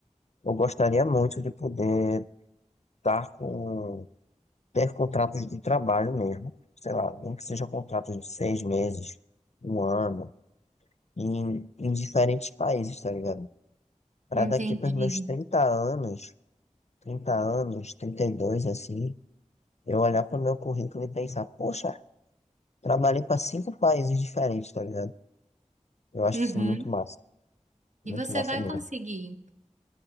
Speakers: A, on the left; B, on the right.
A: eu gostaria muito de poder estar com, ter contratos de trabalho mesmo, sei lá, nem que seja contratos de seis meses, um ano, em, em diferentes países, tá ligado? Para
B: Entendi.
A: daqui para meus 30 anos, 30 anos, 32, assim, eu olhar para o meu currículo e pensar, poxa, Trabalhei para cinco países diferentes, tá ligado? Eu acho
B: Uhum.
A: isso muito massa.
B: E
A: Muito
B: você
A: massa
B: vai
A: mesmo.
B: conseguir.